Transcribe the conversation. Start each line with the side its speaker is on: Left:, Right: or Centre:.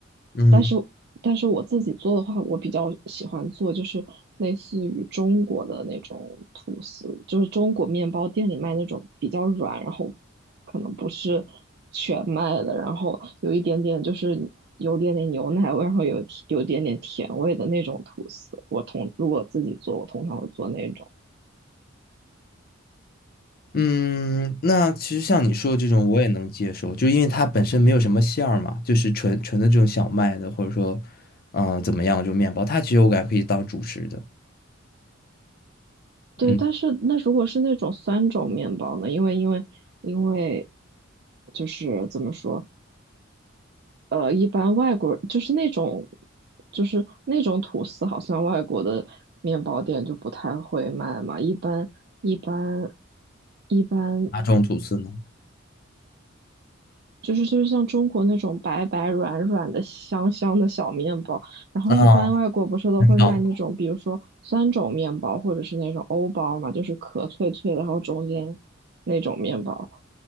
Left: 嗯
Right: 但是但是我自己做的话，我比较喜欢做就是类似于中国的那种吐司，就是中国面包店里卖那种比较软，然后可能不是全麦的，然后有一点点就是有点点牛奶味，然后有有点点甜味的那种吐司。我通如果自己做，我通常会做那种。
Left: 嗯，那其实像你说的这种，我也能接受，就因为它本身没有什么馅儿嘛，就是纯纯的这种小麦的，或者说，嗯、怎么样，就面包，它其实我感觉可以当主食的。
Right: 对，
Left: 嗯，
Right: 但是那如果是那种酸种面包呢？因为因为因为就是怎么说，呃，一般外国就是那种，就是那种吐司，好像外国的面包店就不太会卖嘛。一般一般一般
Left: 哪种吐司呢？
Right: 就是就是像中国那种白白软软的香香的小面包，然后一般外国不是都会卖那种，
Left: 啊，很好
Right: 比如说酸种面包或者是那种欧包嘛，就是壳脆脆的，然后中间那种面包。